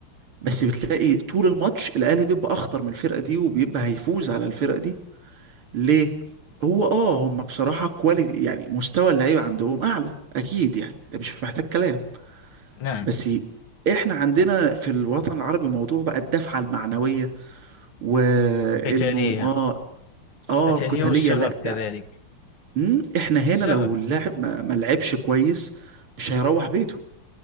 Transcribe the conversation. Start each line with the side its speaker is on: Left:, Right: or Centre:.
Right: بس بتلاقي طول الماتش الاهلي بيبقى اخطر من الفرقه دي وبيبقى هيفوز على الفرقه دي ليه هو اه هم بصراحه كواليتي يعني مستوى اللعيبه عندهم اعلى اكيد يعني ده مش محتاج كلام
Left: نعم
Right: بس احنا عندنا في الوطن العربي موضوع بقى الدفعه المعنويه وانه
Left: قتالية
Right: اه اه
Left: قتالية
Right: القتاليه
Left: والشغف
Right: لا ده
Left: كذلك
Right: مم، احنا هنا
Left: الشغف
Right: لو اللاعب ما ما لعبش كويس مش هيروح بيته